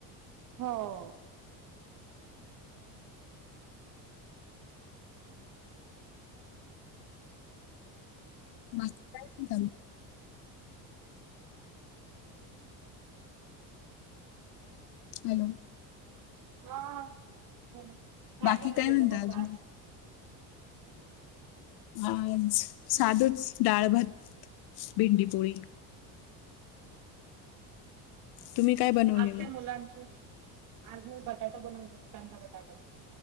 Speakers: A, on the right; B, on the left.
A: हो
B: माग काय हॅलो
A: हा बोला काय
B: बाकी
A: बनवलेलं
B: काय म्हणता
A: मग
B: अजून
A: खास
B: आज साधूच डाळ भात भिंडीपोळी तुम्ही काय बनवलेलं
A: आज काय मुलांची आज मी बटाटा बनवलेते कांदा बटाटा